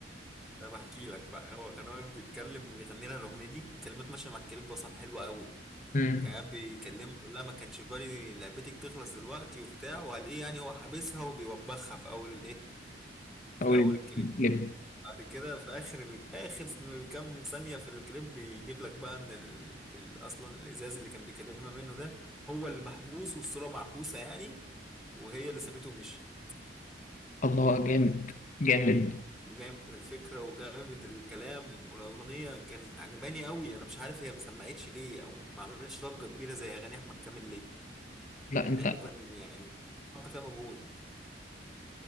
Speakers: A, in the centre; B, on the left.
A: طب احكي لك بقى هو كان واقف بيتكلم وبيغني لها الاغنيه دي الكلمات ماشيه مع الكليب اصلا حلوه قوي
B: امم
A: كان قاعد بيكلمها لا ما كانش في بالي لعبتك تخلص دلوقتي وبتاع وقال ايه يعني هو حابسها وبيوبخها في اول الايه في
B: اقول
A: اول الكليب
B: اللب
A: بعد كده في اخر ال... اخر كام ثانيه في الكليب بيجيب لك بقى ان ال... ال... اصلا الازاز اللي كان بيكلمها منه ده هو اللي محبوس والصوره معكوسه يعني وهي اللي سابته ومشي
B: الله جامد جامد
A: وجامد الفكره وجامد الكلام والاغنيه كانت عجباني قوي انا مش عارف هي ما سمعتش ليه او ما عملتش ضجه كبيره زي اغاني احمد كامل ليه
B: لا انت
A: مع انه كان يعني حط فيها مجهود